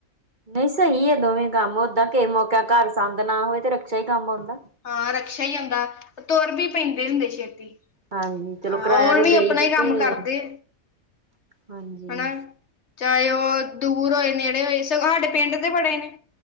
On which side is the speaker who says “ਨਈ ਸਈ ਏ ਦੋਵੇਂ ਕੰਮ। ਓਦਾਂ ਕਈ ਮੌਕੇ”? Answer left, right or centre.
Right